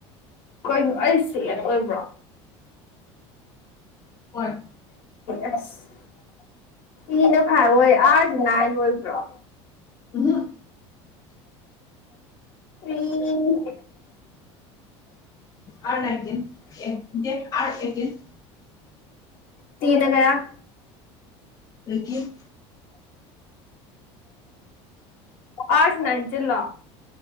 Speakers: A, on the left; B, on the left.
A: ꯀꯩꯅꯣ ꯑꯩꯁꯤ ꯑꯣꯏꯕ꯭ꯔꯣ
B: ꯍꯣꯏ
A: ꯑꯁ ꯏꯅ ꯐꯔ ꯍꯣꯏ ꯑꯥꯁꯨ ꯅꯥꯏꯅ ꯑꯣꯏꯕ꯭ꯔꯣ
B: ꯑꯗꯨꯅ
A: ꯎꯝ
B: ꯑ ꯅꯅꯥꯏꯟꯇꯤꯟ ꯑꯦ ꯗ ꯑꯦꯇꯤꯟ
A: ꯇꯅꯒꯌꯥ
B: ꯂꯗꯒꯤꯌ
A: ꯃꯥꯔꯁ ꯅꯥꯏꯟꯇꯤꯟ ꯂꯣ